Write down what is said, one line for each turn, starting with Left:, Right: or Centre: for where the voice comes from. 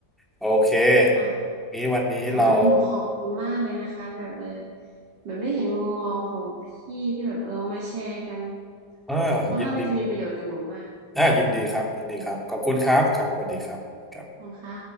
Centre: โอเค
Right: ค่ะ
Centre: นี้วันนี้เรา
Right: แต่วันนี้หนูขอบคุณมากเลยนะคะแบบเออแบบได้เห็นมุมมองของพี่ที่แบบเออมาแชร์กัน
Centre: อ่ายินดี
Right: ค่อนข้างที่จะมีประโยชน์กับหนูมาก
Centre: อ่ายินดีครับยินดีครับขอบคุณครับครับสวัสดีครั
Right: ขอบคุณค่ะ
Centre: บ